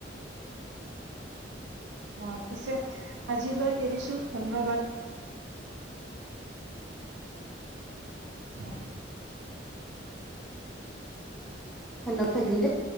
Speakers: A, on the right (about 75°); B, in the centre.
A: অ পিছে আজিলৈ এৰিছোঁ ধন্যবাদ। অ
B: অ <unintelligible> থাকিল দেই-